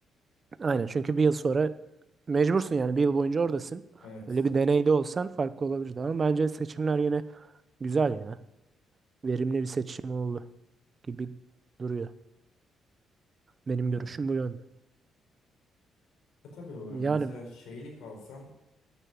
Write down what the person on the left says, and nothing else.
Evet.
Ama.
E tabii o
mesela şeylik alsam